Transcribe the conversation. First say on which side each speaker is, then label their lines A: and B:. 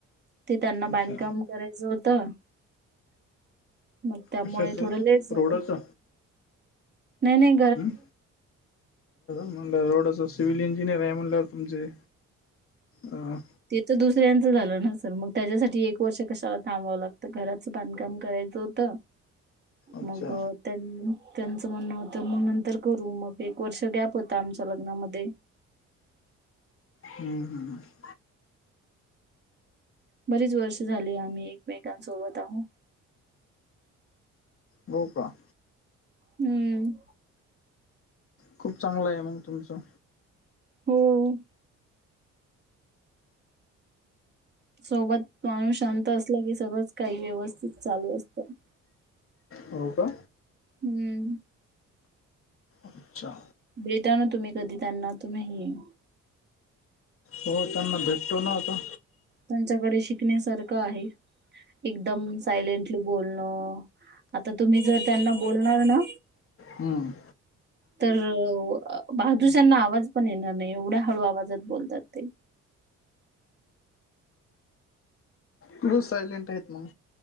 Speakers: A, on the right; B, on the left.
A: ते त्यांना बांधकाम
B: अच्छा
A: करायचं होतं मग त्यामुळे
B: कशाचं
A: थोडं लेट झालं,
B: रोडाचं
A: नाही-नाही.
B: हम्म, म्हण रोडच सिव्हल इंजिनियर आहे म्हणल्यावर तुमचे. हा.
A: ते तर दुसऱ्यांचं झालं ना सर मग त्याच्यासाठी एक वर्ष कशाला थांबावावं लागतं घराच बांधकाम करायचं. होत, मग
B: अच्छा
A: त्याचं म्हणणं होतं मग नंतर करू मग एक वर्ष गॅप होता आमच्या लग्नामध्ये.
B: हम्म-हम्म.
A: बरीच वर्ष झाली आम्ही एकमेकांसोबत आहो
B: हो का?
A: हम्म.
B: खूप चांगलं हाय मग तुमचं?
A: होय. सोबत माणूस शांत असला की सगळंच काही व्यवस्थित चालू असतं.
B: हो का?
A: हम्म.
B: अच्छा.
A: भेटा ना तुम्ही कधी त्यांना तुम्ही. हे
B: हो त्यांना भेटतो ना आता.
A: त्यांच्याकडे शिकण्यासारखं आहे. एकदम सायलेंटली बोलणं, आता तुम्ही जर त्यांना बोलणार ना?
B: हम्म.
A: तर बाजुच्याना आवाज पण येणार नाही, एवढ्या हळू आवाजात बोलतात ते.
B: खूप सायलेंट आहेत मग.